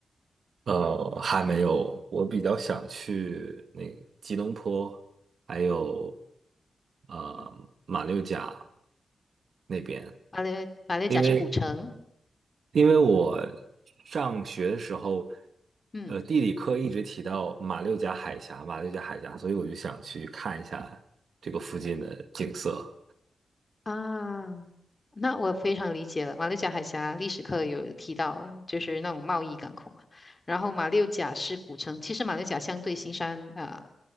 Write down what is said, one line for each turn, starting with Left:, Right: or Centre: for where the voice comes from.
Right: 呃，还没有，我比较想去那个吉隆坡，还有呃马六甲
Left: 嗯
Right: 那边，
Left: 马六马六甲是古城，
Right: 因为因为我上学的时候，
Left: 嗯，
Right: 呃，地理课一直提到马六甲海峡，马六甲海峡，所以我就想去看一下这个附近的景色。
Left: 啊，那我非常理解了。马六甲海峡历史课有提到啊就是那种贸易港口啊。然后马六甲是古城，其实马六甲相对新山啊，